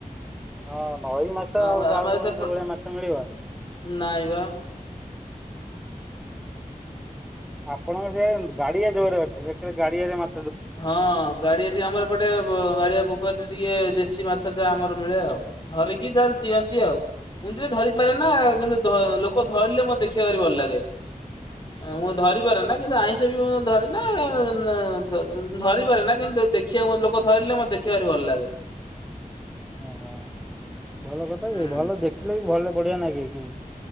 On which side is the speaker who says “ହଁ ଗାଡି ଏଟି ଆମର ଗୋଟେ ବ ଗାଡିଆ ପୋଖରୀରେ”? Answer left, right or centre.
Left